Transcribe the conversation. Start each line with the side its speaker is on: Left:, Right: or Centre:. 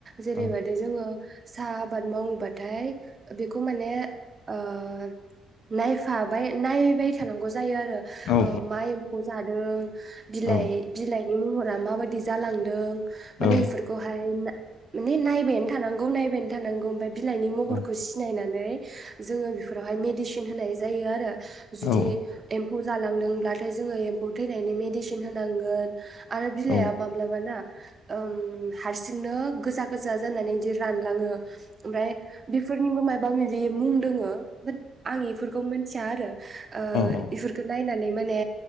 Right: जेरै
Left: औ
Right: बायदि जोंङो साहा आबाद मावनोबाथाय बेखौ माने ओ नायफाबाय नायबाय थानांगौ जायो आरो
Left: औ
Right: ओ माइ एमफौ जाय यो बिलाइ
Left: औ
Right: बिलाइ बिनि महरा माबायदि जालांदों मानि
Left: औ
Right: एफुरखौ हाय ना मानि नायबायानो थानांगौ नायबायानो थानांगौ ओमफाय बिलाइनि
Left: औ
Right: महरखौ सिनायनानै नै जोङो बेफोरावहाय मेडिसिन होनाय जायो आरो जुदि
Left: औ
Right: एम्फ एम्फौ जालांदोंब्लाथाय जोङो एम्फौ थैनायनि मेदिसिन होनांगोन। आरो बिलाइआ
Left: औ
Right: माब्लाबा ना ओम हारसिंनो गोजा गोजा जानानै बिदि रानलाङो। ओमफ्राय बेफोर निबो माबा मायबि मुं दोङो? बाट आं इफोरखौ मोन थिया आरो ओ
Left: औ
Right: इफोरखौ नाय होननानै माने